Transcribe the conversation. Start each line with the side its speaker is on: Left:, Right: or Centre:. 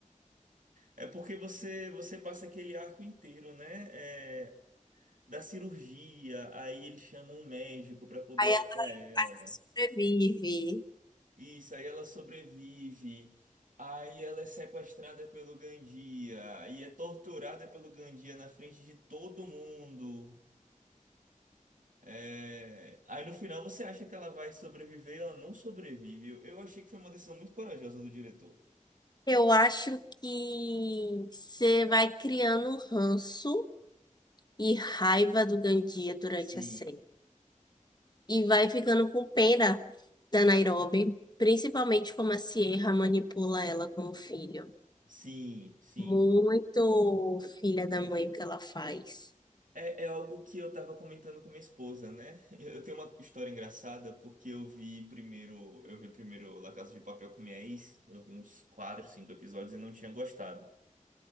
Right: É porque você você passa aquele arco inteiro, né? É, da cirurgia, aí eles chamam um médico para poder
Left: Aí
Right: operar
Left: ela
Right: ela.
Left: sobrevive.
Right: Isso, aí ela sobrevive. Aí ela é sequestrada pelo Gandia e é torturada pelo Gandia na frente de todo mundo. É, Aí no final você acha que ela vai sobreviver, ela não sobrevive. Eu eu achei que foi uma decisão muito corajosa do diretor.
Left: Eu acho que você vai criando ranço e raiva do Gandia durante
Right: Sim,
Left: a série. e vai ficando com pena da Nairobi, principalmente como a Sierra manipula ela com o filho.
Right: Sim, sim.
Left: Muito filha da mãe o que ela faz.
Right: É, é algo que eu tava comentando com minha esposa, né? <laughs> Eu tenho uma história engraçada porque eu vi primeiro, eu vi primeiro La Casa de Papel com minha ex, eu vi uns quatro, cinco episódios e não tinha gostado.